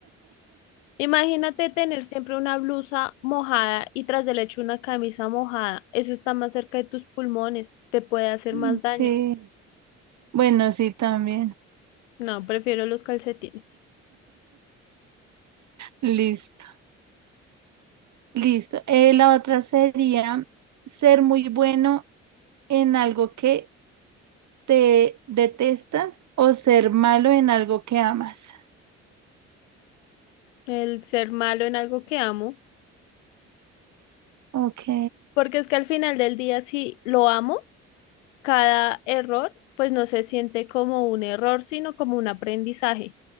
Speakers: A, on the left; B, on the right.
A: Imagínate tener siempre una blusa mojada y tras del hecho una camisa mojada. Eso está más cerca de tus pulmones, te puede hacer
B: Mm,
A: más daño.
B: Sí, bueno, sí, también.
A: No, prefiero los calcetines.
B: Listo, listo. Eh, la otra sería ser muy bueno en algo que te detestas o ser malo en algo que amas.
A: El ser malo en algo que amo,
B: Ok,
A: porque es que al final del día si lo amo, cada error pues no se siente como un error, sino como un aprendizaje.